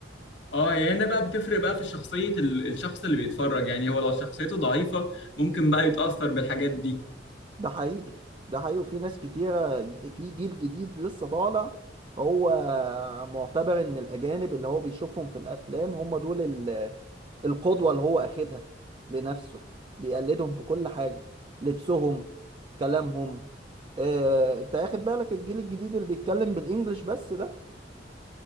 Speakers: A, on the left; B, on the right.
A: اه يعني انا بقى بتفرق بقى في شخصيه ال- الشخص اللي بيتفرج يعني هو لو شخصيته ضعيفه ممكن بقى يتاثر بالحاجات دي
B: ده حقيقي ده حقيقي وفي ناس كتيرة ج- في جيل جديد لسه طالع هو معتبر ان الاجانب اللي هو بيشوفهم في الافلام هم دول ال- القدوة اللي هو اخدها لنفسه بيقلدهم في كل حاجة لبسهم كلامهم اه انت اخد بالك الجيل الجديد اللي بيتكلم بالانجلش بس ده